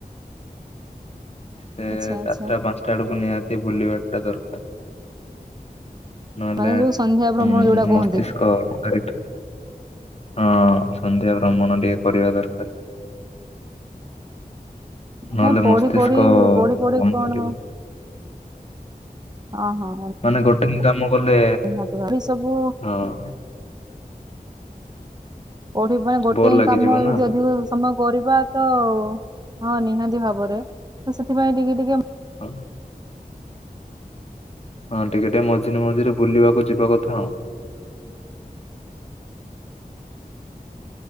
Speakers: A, on the left; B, on the right.
A: ସେ
B: ଆଚ୍ଛା ଆଚ୍ଛା
A: ଚାରିଟା ପାଞ୍ଚଟା ଆଡକୁ ନିହାତି ବୁଲିବାଟା ଦରକାର। ନହେଲେ
B: ମାନେ ଯୋଉ ସନ୍ଧ୍ୟା ଭ୍ରମଣ
A: ଉମ୍-ମସ୍ତିଷ୍କ
B: ଯୋଉଟା କୁହନ୍ତି।
A: ହରିକା ହଁ ସନ୍ଧ୍ୟା ଭ୍ରମଣ ଟିକେ କରିବା ଦରକାର।
B: ମାନେ
A: ନହେଲେ
B: ପଢିପଢି
A: ମସ୍ତିଷ୍କ
B: ପଢିପଢି
A: କାମ
B: କଣ
A: କରିବନି
B: ହଁ ହଁ।
A: ମାନେ ଗୋଟେକି କାମ କଲେ
B: ନିହାତି ଭାବେ ଏ ସବୁ
A: ହଁ।
B: କୋଉଠି ପାଇଁ ଗୋଟେ
A: ବୋର
B: ହିଁ
A: ଲାଗିଯିବ
B: କାମ
A: ନା।
B: ଯଦି ଅଧିକ ସମୟ କରିବା ତ ହଁ ନିହାତି ଭାବରେ ତ ସେଥିପାଇଁ ଟିକେ ଟିକେ
A: ହଁ। ହଁ ଟିକେ ଟିକେ ମଝିରେ ମଝିରେ ବୁଲିବାକୁ ଯିବା କଥା।